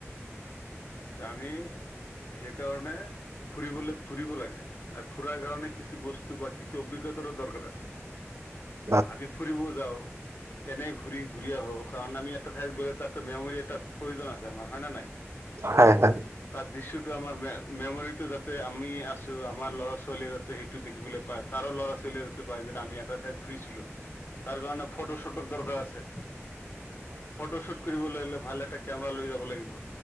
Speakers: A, on the left; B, on the right.
A: ত' আমি সেইকাৰণে ফুৰিবলে ফুৰিব লাগে আৰু ফুৰাৰ কাৰণে কিছু বস্তু বা কিছু অভিজ্ঞতাৰো দৰকাৰ আছে।
B: <inaudible>
A: আমি ফুৰিবও যাওঁ এনেই ঘূৰি - ঘূৰি আহো কাৰণ আমি এটা ঠাইত গ'লে তাতে মেমৰী এটা প্ৰয়োজন আছে আমাৰ হয় নে নাই?
B: হয় হয়।
A: তাৰ দৃশ্যটো আমাৰ মে- মেমৰিটো যাতে আমি আছো আমাৰ ল'ৰা ছোৱালীয়ে যাতে সেইটো দেখিবলৈ পায়, তাৰো ল'ৰা ছোৱালীয়ে যাতে পায় যে আমি এটা ঠাইত ফুৰিছিলো। তাৰ কাৰণে ফটো - ছটোৰ দৰকাৰ আছে। ফটোশ্বুট কৰিবলৈ হ'লে ভাল এটা কেমেৰা লৈ যাব লাগিব।